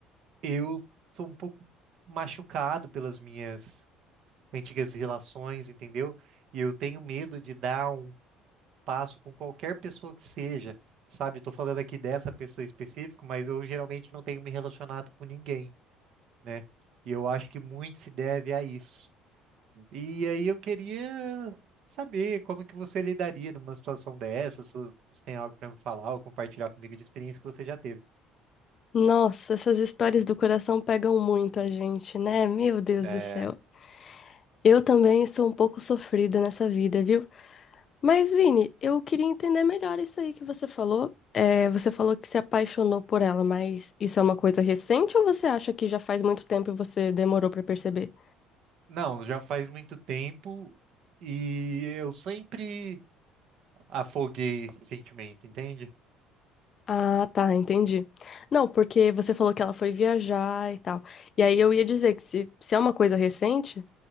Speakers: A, on the right; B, on the left.
A: eu sou um pouco machucado pelas minhas antigas relações, entendeu? E eu tenho medo de dar um passo com qualquer pessoa que seja, sabe? Estou falando aqui dessa pessoa específica, mas eu geralmente não tenho me relacionado com ninguém, né? E eu acho que muito se deve a isso. E aí eu queria saber como que você lidaria numa situação dessa, se você tem algo para me falar ou compartilhar comigo de experiência que você já teve.
B: Nossa, essas histórias do coração pegam muito a gente, né? Meu Deus
A: É,
B: do céu. Eu também sou um pouco sofrida nessa vida, viu? Mas, Vini, eu queria entender melhor isso aí que você falou. É, você falou que se apaixonou por ela, mas isso é uma coisa recente ou você acha que já faz muito tempo e você demorou pra perceber?
A: não, já faz muito tempo e eu sempre afoguei esse sentimento, entende?
B: Ah, tá, entendi. Não, porque você falou que ela foi viajar e tal. E aí eu ia dizer que se, se é uma coisa recente.